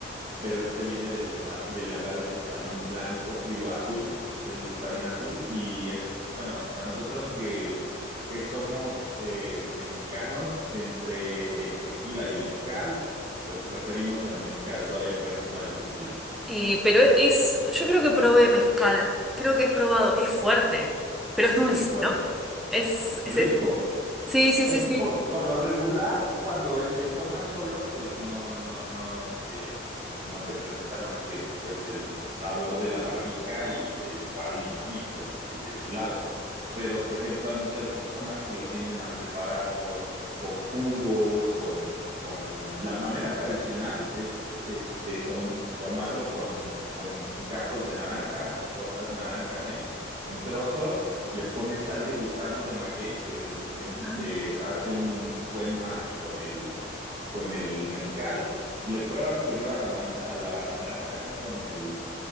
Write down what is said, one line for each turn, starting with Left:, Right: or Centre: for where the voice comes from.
Right: pero este viene del, espadi- del agave de espadín blanco, digo azul, del espadín azul, y es, bueno, a nosotros que, que somos eh, mexicanos, entre el tequila y el mezcal, eh, preferimos el mezcal todavía por encima del tequila.
Centre: Eh, pero es, yo creo que probé mezcal, creo que he probado, es fuerte, pero es dulce,
Right: Es fuerte,
Centre: ¿no? Es, es
Right: rico,
Centre: ese. Sí, sí,
Right: Es
Centre: sí, sí.
Right: que por, por lo regular, cuando es- se toma solo, pues no, no, no, este, no te presenta más que pues el sabor de la barrica y del espadín, ¿no? Y pues del destilado pero por ejemplo hay muchas personas que lo tienden a preparar con, con jugos, con, con... La manera tradicional es este, tom- tomarlo con, con gajos de naranja, así cortas naranja en, en trozos, le pones sal de gusano de maguey que este,
Centre: Ajá.
Right: hace un buen match con el con el mezcal, le pruebas primero a la manza, a la naranja así con el,